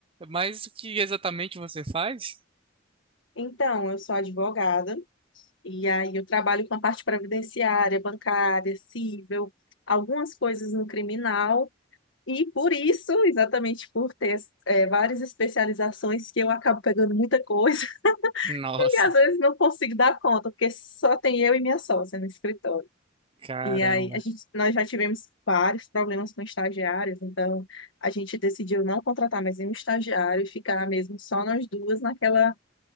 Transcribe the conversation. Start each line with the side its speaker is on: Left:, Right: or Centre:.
Right: mas o que exatamente você faz?
Left: Então, eu sou advogada. E aí eu trabalho com a parte previdenciária, bancária, cível, algumas coisas no criminal. E por isso, exatamente por ter é, várias especializações, que eu acabo pegando muita coisa <laughs>
Right: Nossa,
Left: e às vezes não consigo dar conta, porque só tem eu e minha sócia no escritório.
Right: caramba.
Left: E aí a gente, nós já tivemos vários problemas com estagiários, então a gente decidiu não contratar mais nenhum estagiário e ficar mesmo só nós duas naquela